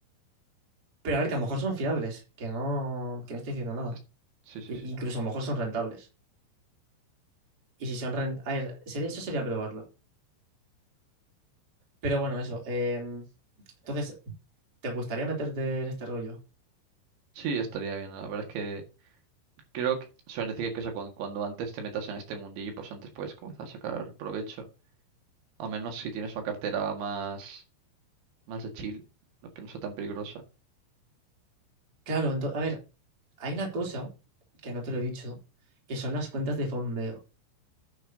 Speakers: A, on the right (about 25°); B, on the right (about 70°).
A: Pero a ver, que a lo mejor son fiables, que no, que no estoy diciendo nada.
B: es- sí, sí,
A: I-
B: sí.
A: incluso a lo mejor son rentables. Y si son rentables. A ver, sería, eso sería probarlo. Pero bueno, eso. eh, Entonces, ¿te gustaría meterte en este rollo?
B: Sí, estaría bien. La verdad es que creo que suelen decir que eso, cuan- cuando, antes te metas en este mundillo, pues antes puedes comenzar a sacar provecho. A menos si tienes una cartera más, más de chill, no que no sea tan peligrosa.
A: Claro, ento- a ver, hay una cosa que no te lo he dicho, que son las cuentas de fondeo.